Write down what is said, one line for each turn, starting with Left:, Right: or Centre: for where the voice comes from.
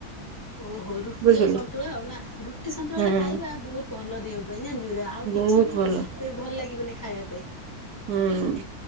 Left: ଓହୋ ରୁଟି
Right: ବୁଝିଲୁ
Left: ଆଉ ସନ୍ତୁଳା ଆଉ ନା ରୁଟି ସନ୍ତୁଳା
Right: ହୁଁ
Left: ଟା ଖାଇବା ବହୁତ ଭଲ ଦେହ ପାଇଁ ଜା ଜା ଆଉ
Right: ବହୁତ ଭଲ
Left: ତ ଭଲ ଲାଗିବନି ଖାଇବା ପାଇଁ
Right: ହୁଁ